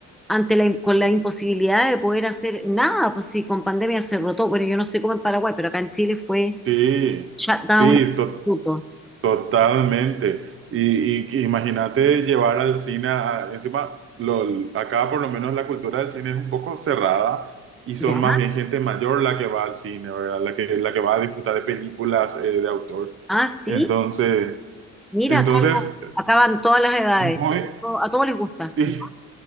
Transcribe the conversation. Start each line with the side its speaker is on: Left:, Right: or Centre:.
Centre: ante la, im- con la imposibilidad de poder hacer nada, pues sí, con pandemia se rotó. Bueno, yo no sé cómo en Paraguay, pero acá en Chile fue
Right: sí.
Centre: Shutdown
Right: Sí,
Centre: absoluto.
Right: to- Totalmente. Y, y que imagínate llevar al cine, a- encima, lo, acá por lo menos la cultura del cine es un poco cerrada y son
Centre: ¿Ya?
Right: más bien gente mayor la que va al cine, ¿verdad? La que, la que va a disfrutar de películas eh, de autor.
Centre: Ah, sí.
Right: Entonces,
Centre: Mira,
Right: entonces,
Centre: acá, no- acá van todas las edades.
Right: muy,
Centre: To- A todos les gusta.
Right: sí,
Centre: ¿no?